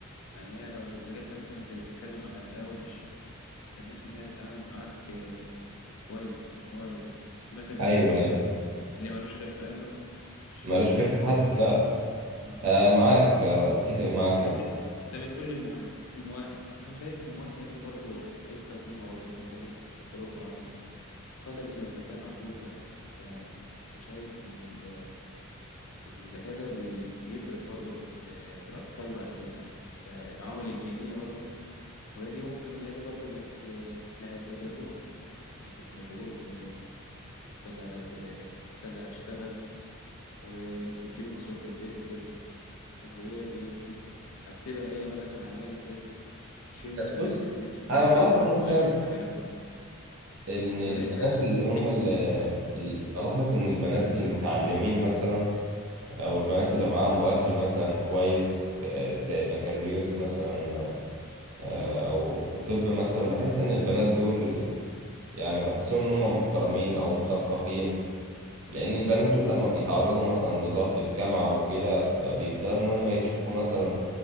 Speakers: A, on the left (about 70°); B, on the right (about 65°).
A: يعني هي لو لقيتها مثلا بتتكلم على اهلها وحش يعني ما تستناش ان هي تتعامل معاك آه، كويس يعني هو في مثل بيقول
B: ايوه
A: كده
B: ايوه
A: ايه اللي ملوش خير في اهله مش
B: ملوش
A: هيبقى
B: خير
A: ليك
B: في
A: فيه
B: حد
A: خير
B: فعلا
A: بالظبط
B: آه معاك آه اتفق معاك
A: حته
B: مثلا
A: انت بتقول لي المؤهل المؤهل انا شايف المؤهل دي برضه حته مهمه برضه ان انت لازم تحط برضه على قدر من الذكاء معقول برضه يعني انت انا شايف ان ال- الذكاء ده بي- بيفرق برضه في ال- في الاطفال بعد كده يعني انت العوامل الجينيه برضه وهي دي ممكن هي دي برضه اللي هت اللي هتذاكر لهم برضه اللي هتبقى مشغول في انت اللي هت انت اللي هتشتغل وبتجيب مصروف البيت وكده وانت وهي بي- بت- هتسيبها هي بقت مع عيالك ايه تشيل مسؤوليه
B: بص
A: تربيتهم
B: انا
A: وتحل
B: بلاحظ
A: معاهم
B: مثلا
A: الواجب والكلام ده
B: ان البنات
A: فهي
B: اللي هم
A: هي
B: اللي بلاحظ ان البنات المتعلمين مثلا او البنات اللي معاها مؤهل مثلا كويس آه، زي بكالوريوس مثلا آه، او في طب مثلا بحس ان البنات دول يعني بحسهم ان هم محترمين او مثقفين لان البنات دول لما بيتعرضوا مثلا لضغط الجامعة وكده فبيبدأوا ان هم يشوفوا مثلا